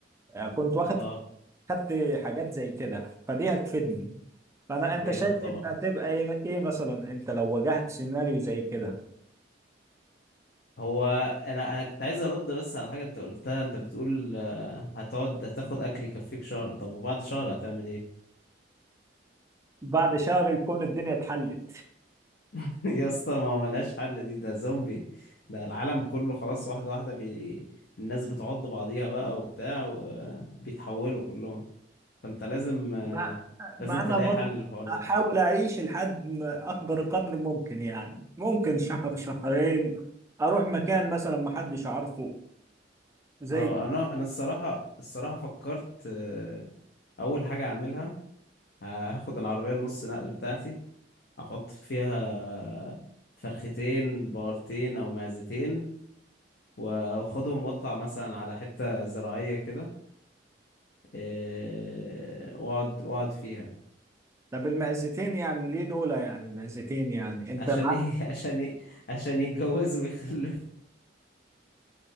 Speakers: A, on the right; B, on the left.
A: آه، كنت واخد
B: اه
A: خدت حاجات زي كده فدي هتفيدني فانا انت
B: جامد
A: شايف
B: طبعا
A: انت هتبقى ايه إيه مثلا انت لو واجهت سيناريو زي كده
B: هو انا انا كنت عايز ارد بس على حاجه انت قلتها انت بتقول آه، هتقعد هتاخد اكل يكفيك شهر طب وبعد شهر هتعمل ايه
A: بعد شهر يكون الدنيا اتحلت
B: <laughs> يا اسطى ما هو ملهاش حل دي ده زومبي ده العالم كله خلاص واحده واحده بي... الناس بتعض بعضيها بقى وبتاع وبيتحولوا كلهم فانت لازم آه،
A: ما
B: لازم
A: ما
B: تلاقي
A: انا برضه
B: حل للحوار
A: احاول
B: ده
A: اعيش لحد ما اقدر قدر ممكن يعني ممكن شهر شهرين اروح مكان مثلا ما حدش عارفه زي
B: اه
A: كده.
B: انا انا الصراحه الصراحه فكرت آه، اول حاجه اعملها هاخد العربيه النص نقل بتاعتي احط فيها فرختين بقرتين او معزتين واخدهم واطلع مثلا على حتة زراعية كده إيه، واقعد واقعد فيها
A: طب المعزتين يعني ليه دول يعني معزتين يعني انت
B: عشان
A: معاك
B: ي... <laughs> عشان ي... عشان يتجوزوا ويخلفوا